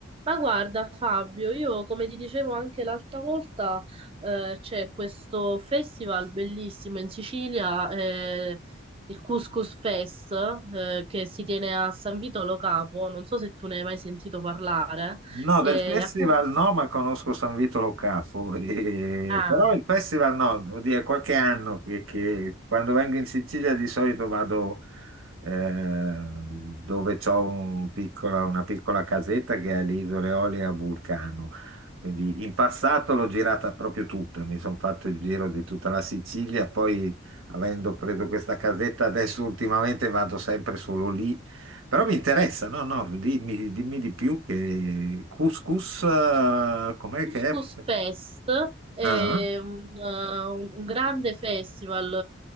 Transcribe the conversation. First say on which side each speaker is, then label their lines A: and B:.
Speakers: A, on the right (about 25°); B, on the right (about 75°).
A: Ma guarda Fabio, io come ti dicevo anche l'altra volta, eh, c'è questo festival bellissimo in Sicilia, eh, il Couscous Fest, eh, che si tiene a San Vito Lo Capo, non so se tu ne hai mai sentito parlare,
B: No,
A: eh,
B: del festival
A: appunto,
B: no, ma conosco San Vito Lo Capo, <laughs> e-
A: ah,
B: però il festival no, devo dire, qualche anno che, che quando vengo in Sicilia di solito vado eh, dove c'ho un piccola- una piccola casetta che è alle Isole Olie a Vulcano. Quindi in passato l'ho girata proprio tutta, mi sono fatto il giro di tutta la Sicilia, poi avendo preso questa casetta adesso ultimamente vado sempre solo lì però mi interessa, no, no, dimmi, dimmi di più che couscous, eh, com'è
A: Couscous
B: che è?
A: Fest è
B: Ah,
A: un, eh, un- un grande festival